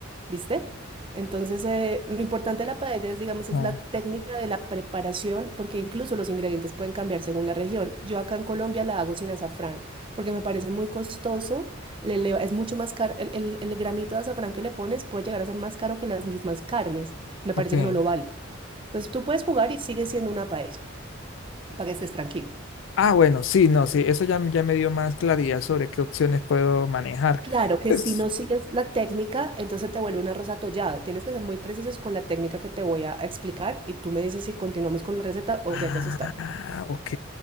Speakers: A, on the right; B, on the left.
A: ¿viste? Entonces, eh, lo importante de la paella es, digamos, es
B: Ah,
A: la técnica de la preparación, porque incluso los ingredientes pueden cambiar según la región. Yo acá en Colombia la hago sin azafrán, porque me parece muy costoso, le eleva- es mucho más caro, el, el- el gramito de azafrán que le pones puede llegar a ser más caro que las mismas carnes, me parece
B: ok.
A: que no lo vale. Entonces, tú puedes jugar y sigue siendo una paella, para que estés tranquilo.
B: Ah, bueno, sí, no, sí, eso ya, me- ya me dio más claridad sobre qué opciones puedo manejar.
A: Claro que
B: Pues,
A: si no sigues la técnica, entonces te vuelve un arroz atollado. Tienes que ser muy precisos con la técnica que te voy a explicar y tú me dices si continuamos con la receta o
B: ah,
A: ya te asustaste.
B: ok.